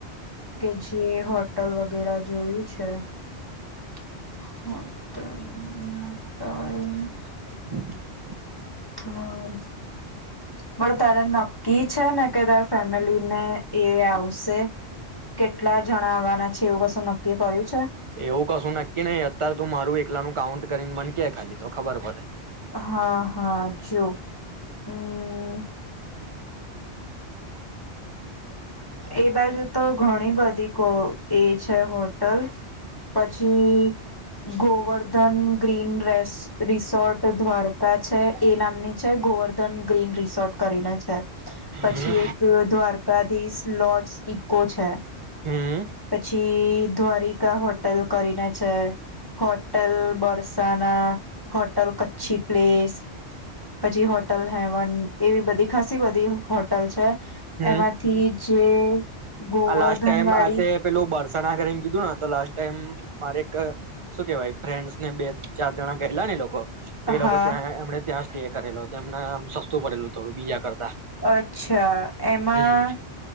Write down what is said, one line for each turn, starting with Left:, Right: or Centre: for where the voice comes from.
Left: કે જે હોટલ વ વગેરા જોયું છે <unintelligible>
Right: <inaudible>
Left: હા, પણ તારે નક્કી છે ને કે તારે ફેમિલીને એ આવશે, કેટલા જણાવવાના છે એવું કશું નક્કી કર્યું છે
Right: એવું કશું નક્કી નહી, અત્યારે તું મારું એક એકલાનું કાઉન્ટ કરીને મને કે ખાલી, તો ખબર પડે
Left: હા, હા, જો હું એ બાજુ તો ઘણી બધી એ છે હોટલ, પછી Govardhan green race resort Dwarka છે એ નામની છે, ગોવર્ધન ગ્રીન રિસોર્ટ કરીને છે, પછી
Right: હમ
Left: એક દ્વારકાધીશ લોર્ડ્સ ઇકો છે
Right: હમ્મ
Left: પછી દ્વારિકા હોટલ કરીને છે, hotel Barsana, hotel Kutchi place, પછી હોટલ હેવન, એવી બધી ખાસી બધી હોટલ છે
Right: હમ
Left: એમાંથી જે ગોવર્ધન
Right: આ લાસ્ટ ટાઈમ
Left: વાળી
Right: આ તે પેલું બ સના કરીને કીધું ને તો લાસ્ટ ટાઈમ મારે એક શું કેવાય ફ્રેન્ડસ ને બે, ચાર, જણા ગયેલા ને લોકો તે એ
Left: હા
Right: લોકો ત્યાં એમણે ત્યાં સ્ટે કરેલો, એમને આમ સસ્તું પડેલું થોડું બીજા કરતા
Left: અચ્છા, એમાં
Right: હમ